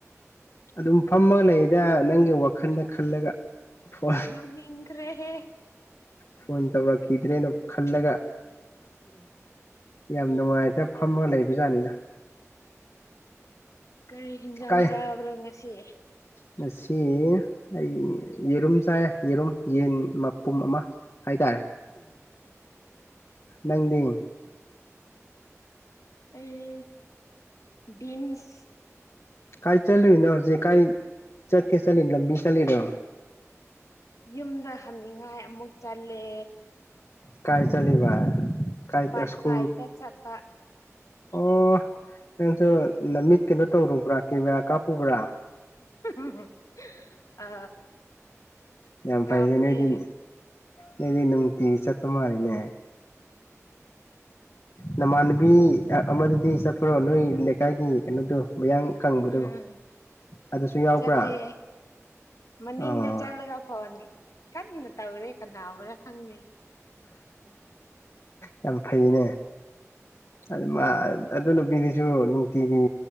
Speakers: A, on the left; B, on the left.
A: ꯑꯗꯨꯝ ꯐꯝꯃꯒ ꯂꯩꯗ ꯅꯪꯒꯤ ꯋꯥꯈꯜꯗ ꯈꯜꯂꯒ꯫ ꯐꯣꯟ
B: ꯅꯣꯛꯅꯤꯡꯈ꯭ꯔꯦꯍꯦ
A: ꯐꯣꯟ ꯇꯧꯔꯛꯈꯤꯗ꯭ꯔꯦꯅ ꯈꯜꯂꯒ ꯌꯥꯝ ꯅꯨꯡꯉꯥꯏꯗ ꯐꯝꯃꯒ ꯂꯩꯕ ꯖꯥꯠꯅꯤꯗ꯫
B: ꯀꯔꯤ ꯍꯤꯟꯖꯥꯡ
A: ꯀꯥꯏ
B: ꯆꯥꯕ꯭ꯔꯣ ꯉꯁꯤ?
A: ꯉꯁꯤ ꯑꯩ ꯌꯦꯔꯨꯝ ꯆꯥꯏꯌꯦ ꯌꯦꯔꯨꯝ ꯌꯦꯟ ꯃꯄꯨꯝ ꯑꯃ꯫ ꯍꯥꯏ ꯇꯥꯔꯦ ꯅꯪꯗꯤ?
B: ꯑꯩ ꯕꯤꯟꯁ
A: ꯀꯥꯏ ꯆꯠꯂꯨꯏꯅꯣ ꯍꯧꯖꯤꯛ ꯀꯥꯏ ꯆꯠꯀꯦ ꯆꯠꯂꯤ ꯂꯝꯕꯤ ꯆꯠꯂꯤꯔꯣ
B: ꯌꯨꯝꯗ ꯍꯟꯅꯤꯡꯉꯥꯏ ꯑꯃꯨꯛ ꯆꯜꯂꯦ꯫
A: ꯀꯥꯏ ꯆꯠꯂꯤꯕ? ꯀꯥꯏ
B: ꯄꯥꯔꯠ
A: ꯁ꯭ꯀꯨꯜ
B: ꯐꯥꯏꯚꯗ ꯆꯠꯄ꯫
A: ꯑꯣ ꯅꯪꯁꯨ ꯅꯃꯤꯠ ꯀꯩꯅꯣ ꯇꯧꯔꯨꯕ꯭ꯔꯥ ꯀꯦꯃꯦꯔꯥ ꯀꯥꯞꯄꯨꯕ꯭ꯔꯥ?
B: <unintelligible> ꯑ
A: ꯌꯥꯝ
B: ꯀꯥꯞꯄꯦ
A: ꯐꯩꯅꯦ ꯅꯣꯢꯗꯤ ꯅꯪꯗꯤ ꯅꯨꯡꯇꯤ ꯆꯠꯄ ꯃꯥꯜꯂꯤꯅꯦ ꯅꯃꯥꯟꯅꯕꯤ ꯑꯃꯗꯨꯗꯤ ꯆꯠꯄ꯭ꯔꯣ ꯅꯣꯏ ꯂꯩꯀꯥꯏꯒꯤ ꯀꯩꯅꯣꯗꯣ ꯃꯌꯥꯡ ꯀꯪꯕꯗꯨ
B: ꯎꯝ
A: ꯑꯗꯨꯁꯨ ꯌꯥꯎꯕ꯭ꯔꯥ
B: ꯆꯠꯂꯦ ꯃꯅꯤꯡꯗ
A: ꯑꯣ
B: ꯆꯠꯂꯒ ꯐꯣꯟ ꯀꯟꯅ ꯇꯧꯔꯤ ꯀꯅꯥꯕꯨꯔꯥ ꯈꯪꯗꯦ
A: ꯌꯥꯝ ꯐꯩꯅꯦ ꯑꯗꯨ ꯃꯥ ꯑꯗꯨ ꯅꯨꯄꯤꯗꯨꯁꯨ ꯅꯨꯡꯇꯤꯒꯤ